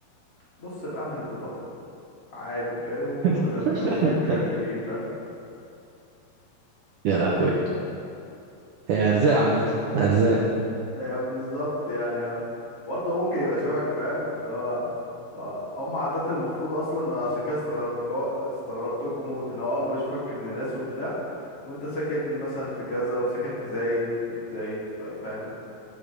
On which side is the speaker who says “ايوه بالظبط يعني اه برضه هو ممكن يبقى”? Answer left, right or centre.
Left